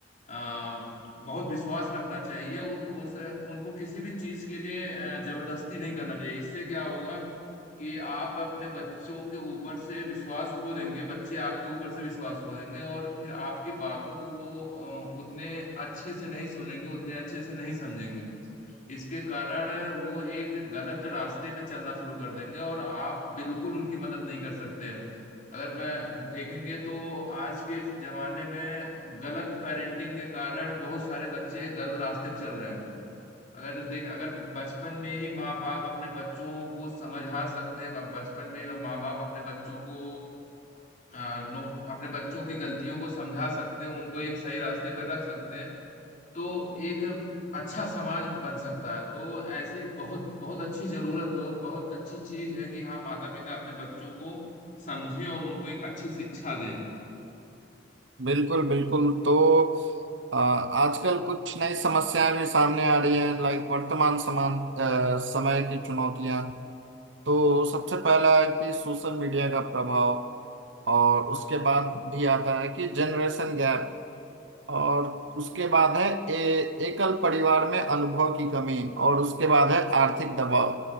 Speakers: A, on the left; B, on the right.
A: आ, बहुत विश्वास रखना चाहिए और उस उनको किसी भी चीज के लिए अ, जबरदस्ती नहीं करना चाहिए इससे क्या होगा कि आप अपने बच्चों के ऊपर से विश्वास खो देंगे बच्चे आपके ऊपर से विश्वास खो देंगे और फिर आपकी बातों को वो अ, उतने अच्छे से नहीं सुनेंगे उतने अच्छे से नहीं समझेंगे इसके कारण वो एक गलत रास्ते पे चलना शुरू कर देंगे और आप बिल्कुल उनकी मदद नहीं कर सकते अगर वह देखेंगे तो आज के जमाने में गलत पेरेंटिंग के कारण बहुत सारे बच्चे गलत रास्ते पे चल रहे हैं अगर देख अगर बचपन में ही माँ बाप अपने बच्चों को समझा सकते हैं ब- बचपन में ही माँ बाप अपने बच्चों को आ, नो अपने बच्चों की गलतियों को समझा सकते हैं उनको एक सही रास्ते पर रख सकते हैं तो एक अच्छा समाज बन सकता है तो ऐसे बहुत बहुत अच्छी जरूरत बहुत बहुत अच्छी चीज है कि हाँ माता पिता अपने बच्चों को समझें और उनको एक अच्छी शिक्षा दें
B: बिल्कुल बिल्कुल तो आ, आजकल कुछ नई समस्याएं भी सामने आ रही हैं लाइक वर्तमान समान आ, समय की चुनौतियां तो सबसे पहला है कि सोशल मीडिया का प्रभाव और उसके बाद भी आता है कि जनरेशन गैप और उसके बाद है ए, एकल परिवार में अनुभव की कमी और उसके बाद है आर्थिक दबाव